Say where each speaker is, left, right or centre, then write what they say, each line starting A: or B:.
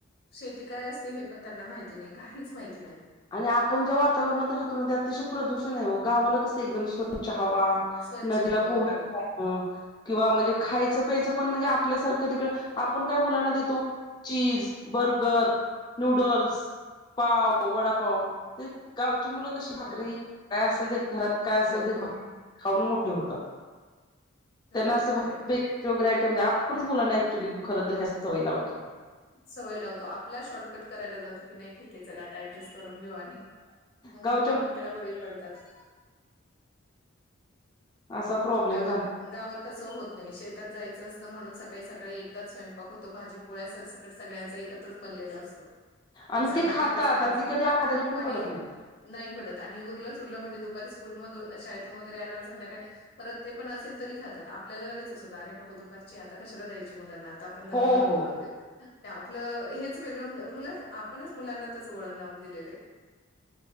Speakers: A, on the left; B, on the left.
A: शेती काय असते हे, पण त्यांना माहिती नाही काहीच माहिती नाही.
B: आणि आपण ज्या वातावरणात राहतो ना ते, अतिशय प्रदूषण आहे गावाला कसं एकदम स्वच्छ हवा.
A: स्वच्छ
B: नदीला
A: हो
B: पूर.
A: हो
B: हा किंवा म्हणजे खायचं प्यायचं पण म्हणजे आपल्यासारखं तिकडे आपण काय मुलांना देतो चीज, बर्गर, नूडल्स, पाव वडापाव ते गावची मुलं कशी भाकरी
A: हो
B: काय असेल ते घरात काय
A: हो
B: असेल ते
A: हो
B: भा खाऊन मोठे होतात.
A: खरंय
B: त्यांना असं,
A: खरंय.
B: चोगर आयटम द्या आपणच मुलाना ऍक्च्युली खरं तर हे सवय लावतो.
A: सवय लावतो आपला शॉर्टकट करायला जातो की नाही ठीक आहे चला आता ऍडजस्ट करून घेऊ आणि मग
B: गावच्या
A: मुलं पण त्याला बळी पडतात.
B: असा प्रॉब्लेम
A: गावात
B: झालायं.
A: गावात तसं होत नाही शेतात जायचं असतं म्हणून सकाळी सकाळी एकदाच स्वयंपाक होतो भाजी पोळ्या सर सकट सगळ्यांचा एकत्रच बनलेला असतो. मग
B: आणि
A: सगळ्यांनी
B: ते खातात
A: तेच खायचं
B: आणि ती कधी आजारी पण
A: आणि
B: पडत नाहीत
A: नाही पडत आणि उरलंच सुरलं म्हणजे, दुपारी स्कूलमधून शाळेतून वगैरे आल्यावर संध्याकाळी. परत ते पण असेल तरी खातात आपल्याला लगेच असं होतं अरे नको दुपारची आता कशाला द्यायची मुलांना ता आपण गरम-गरम
B: हो हो
A: आपलं हेच वेगळं होवू उलट आपणच मुलांना तस वळण लावून दिलेलं.